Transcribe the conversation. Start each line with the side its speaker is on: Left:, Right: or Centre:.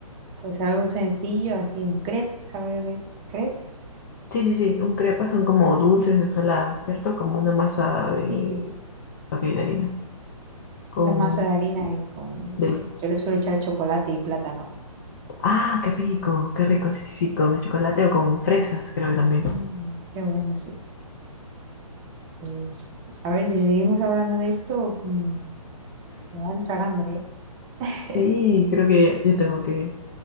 Right: Pues algo sencillo, así un crepe, ¿sabes lo que es crepe?
Left: Sí, sí, sí, un crepa son como dulces y saladas, ¿cierto? Como una masa de,
Right: Sí.
Left: ok, de harina, con,
Right: Una masa de harina y con...
Left: del,
Right: Yo le suelo echar chocolate y plátano.
Left: ah, qué rico, qué rico, sí, sí, sí, con chocolate o con fresas, creo que también.
Right: Mm, qué bueno, sí. Pues, a ver, si seguimos hablando de esto, mm, me va a entrar hambre.
Left: Sí,
Right: ¿eh?
Left: creo que yo tengo que